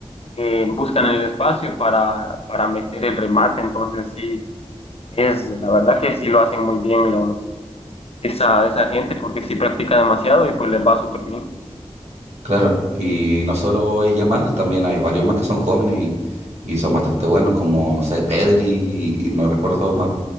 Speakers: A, on the left; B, on the right.
A: eh, buscan el espacio para, para meter el remate. Entonces, sí, es la verdad que sí lo hacen muy bien los, esa, esa gente porque sí practica demasiado y pues les va súper bien.
B: claro, y no solo es Yamal, también hay varios más que son jóvenes y, y son bastante buenos, como, no sé, Pedri y no recuerdo más